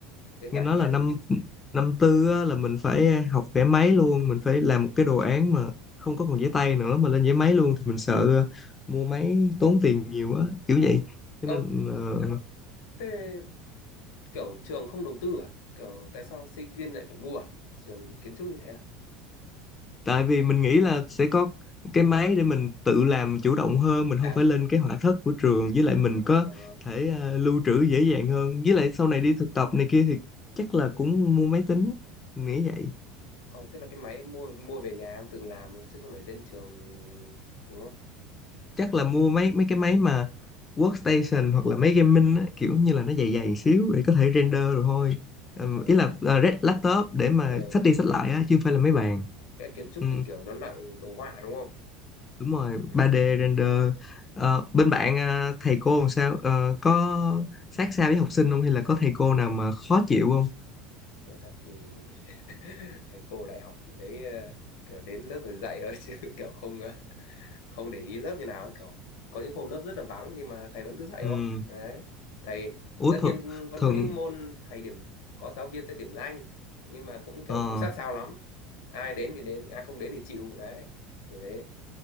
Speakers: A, on the left; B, on the left.
A: bên
B: nghe
A: bạn
B: nói
A: nghe
B: là năm
A: gì
B: năm tư á, là mình phải học vẽ máy luôn, mình phải làm một cái đồ án mà không có còn giấy tay nữa mà lên giấy máy luôn thì mình sợ ờ, mua máy tốn tiền nhiều á, kiểu vậy. Cho
A: ờ
B: nên ờ,
A: thế kiểu trường không đầu tư à kiểu tại sao sinh viên lại phải mua à trường kiến trúc như thế à
B: tại vì mình nghĩ là sẽ có cái máy để mình tự làm chủ động hơn, mình không
A: à
B: phải
A: ph-
B: lên cái họa thất của trường với lại mình có
A: ờ
B: thể ờ, lưu trữ dễ dàng hơn. Với lại sau này đi thực tập này kia thì chắc là cũng mua máy tính, mình nghĩ vậy.
A: ờ, thế là cái máy em mua mua về nhà em tự làm chứ không phải lên trường đúng không
B: chắc là mua mấy mấy cái máy mà workstation hoặc là máy gaming á, kiểu như là nó dày dày xíu để có thể render rồi thôi Ừm,
A: ờ
B: ý là à, red- laptop để mà
A: ờ,
B: xách đi xách lại á chứ không phải là máy bàn
A: vẽ kiến trúc
B: Ừm,
A: thì kiểu nó nặng đồ họa đúng không
B: đúng rồi
A: ừ,
B: 3D render Ờ, bên bạn à, thầy cô làm sao Ờ, có sát sao với học sinh không hay là có thầy cô nào mà khó chịu không
A: nói thật thì <laughs> thầy cô đại học mình thấy ờ, kiểu đến lớp rồi dạy thôi chứ <laughs> kiểu không ờ, không để ý lớp như nào ấy cậu có những hôm lớp rất là vắng nhưng mà thầy vẫn cứ dạy
B: Ừm,
A: thôi đấy thầy
B: Ủa
A: tất
B: thường
A: nhiên vẫn
B: thường
A: có những môn thầy điểm có giáo viên sẽ điểm danh nhưng mà cũng kiểu
B: ờ,
A: không sát sao lắm ai đến thì đến ai không đến thì chịu đấy kiểu thế